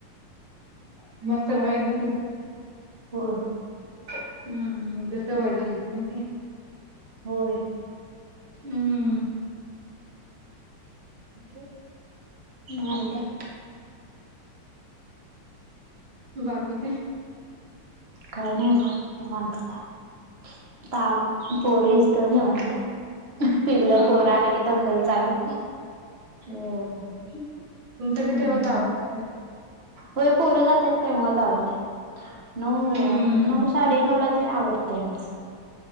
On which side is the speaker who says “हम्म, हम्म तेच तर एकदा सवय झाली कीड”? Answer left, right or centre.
Right